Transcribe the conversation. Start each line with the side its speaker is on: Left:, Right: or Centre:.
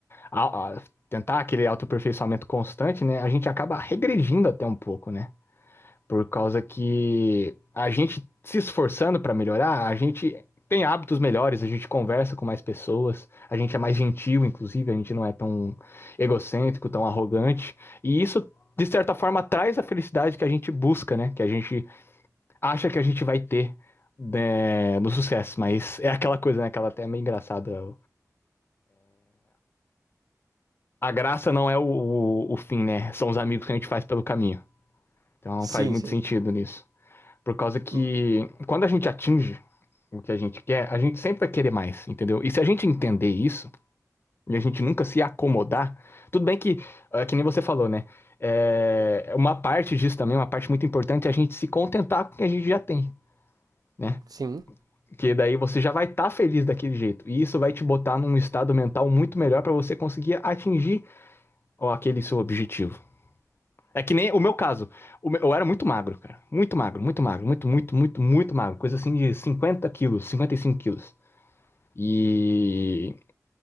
Left: a- a- tentar aquele autoaperfeiçoamento constante, né? A gente acaba regredindo até um pouco, né? Por causa que a gente se esforçando para melhorar, a gente tem hábitos melhores, a gente conversa com mais pessoas, a gente é mais gentil, inclusive, a gente não é tão egocêntrico, tão arrogante. E isso, de certa forma, traz a felicidade que a gente busca, né? Que a gente acha que a gente vai ter né, no sucesso. Mas é aquela coisa, né? Aquela até é meio engraçada. A graça não é o, o, o fim, né? São os amigos que a gente faz pelo caminho. Então
Right: Sim,
Left: faz muito
Right: sim.
Left: sentido nisso. Por causa que
Right: Hum,
Left: quando a gente atinge o que a gente quer, a gente sempre vai querer mais, entendeu? E se a gente entender isso, e a gente nunca se acomodar, tudo bem que, é, que nem você falou, né? É, uma parte disso também, uma parte muito importante, é a gente se contentar com o que a gente já tem, né?
Right: Sim.
Left: Porque daí você já vai estar tá feliz daquele jeito. E isso vai te botar num estado mental muito melhor para você conseguir atingir aquele seu objetivo. É que nem o meu caso. O meu- eu era muito magro, cara. Muito magro, muito magro, muito, muito, muito, muito magro. Coisa assim de 50 quilos, 55 quilos. E